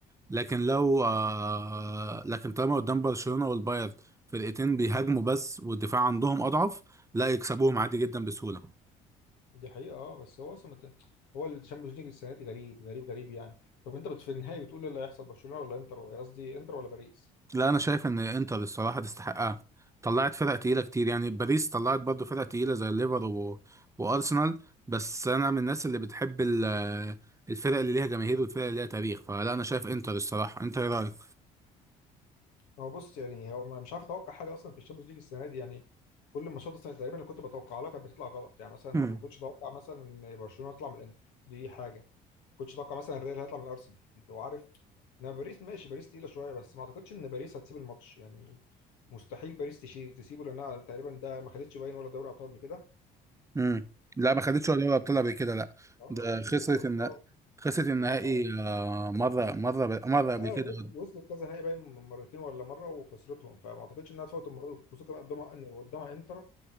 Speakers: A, on the right (about 20°); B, on the left (about 85°).
A: لكن لو آه، لكن طالما قدام برشلونة والبايرن فرقتين بيهاجموا بس والدفاع عندهم أضعف لا يكسبوهم
B: يعني،
A: عادي جدا بسهولة
B: دي حقيقه اه بس هو اصلا مت... هو الشامبيونز ليج السنه دي غريب غريب غريب يعني طب انت بت- في النهائي بتقول ايه اللي هيحصل برشلونه ولا انتر قصدي انتر ولا باريس
A: لا انا شايف ان انتر الصراحه تستحقها طلعت فرق تقيله كتير يعني باريس طلعت برضو فرق تقيله زي الليفر و... وارسنال بس انا من الناس اللي بتحب ال... الفرق اللي ليها جماهير والفرق اللي ليها تاريخ فلا انا شايف انتر الصراحه انت ايه رايك
B: هو بص يعني هو أنا مش عارف اتوقع حاجه اصلا في الشامبيونز ليج السنه دي يعني كل الماتشات السنه تقريبا اللي كنت بتوقع لها كانت بتطلع غلط يعني مثلا
A: مم.
B: ما كنتش اتوقع مثلا إن برشلونه يطلع من الانتر دي حاجه ما كنتش اتوقع مثلا الريال هيطلع من الارسنال لو عارف انا باريس ماشي باريس تقيله شويه بس ما اعتقدش ان باريس هتسيب الماتش يعني مستحيل باريس تشي- تسيبه لانها تقريبا ده ما خدتش باين ولا دوري ابطال قبل كده
A: مم. لا ما خدتش ولا دوري ابطال قبل كده لا
B: اه
A: ده خسرت
B: وواصله
A: الن... خسرت النهائي
B: اه
A: آه، مره مره مره
B: لا اه
A: قبل كده
B: وصلت كذا نهائي باين مرتين ولا مره وخسرتهم فما اعتقدش انها تفوت المره دي خصوصا كمان قدامها ان قدامها انتر